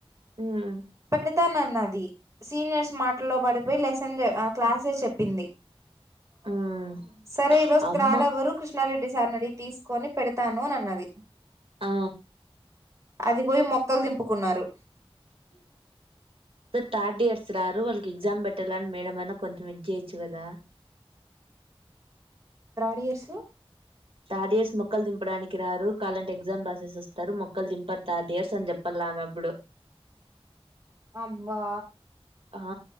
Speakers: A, on the right; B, on the right.
A: ఉమ్
B: పెడు తా నన్నది సీనియర్స్ మా లో పడిపోయి లెసన్ లే క్లాసే చెప్పింది
A: ఉమ్.
B: సరే ఈరోజు
A: అమ్మ
B: త్రాడవరు కృష్ణారెడ్డి సార్ నీ అడిగి తీసుకొని పెడతాను అని అన్నది
A: ఆ
B: అది పోయి మొక్కలు దింపుకున్నారు
A: థర్డ్ ఇయర్ రారు వాళ్ళకి ఎగ్జామ్ పెట్టాలని మేడం అన్న కొంచెం ఇచ్చేయొచ్చు కదా
B: త్రాడ్ ఇయర్స్
A: థర్డ్ ఇయర్స్ మొక్కలు దింపడానికి రారు కాలంటే ఎగ్జామ్ రాసేస్ వస్ స్తారు మొక్కల్దింపర్ థర్డ్ ఇయర్ ర్స్ అని చెప్పాలా ఆమె అప్పుడు
B: అబ్బా
A: ఆ